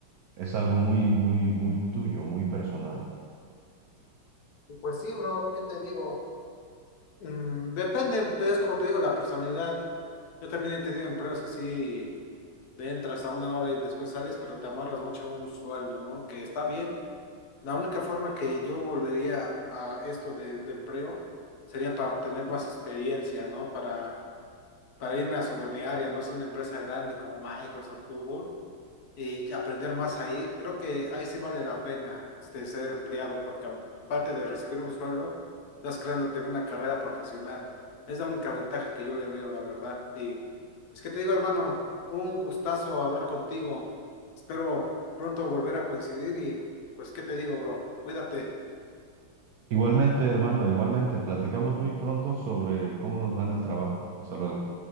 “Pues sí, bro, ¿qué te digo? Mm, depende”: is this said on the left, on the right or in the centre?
Left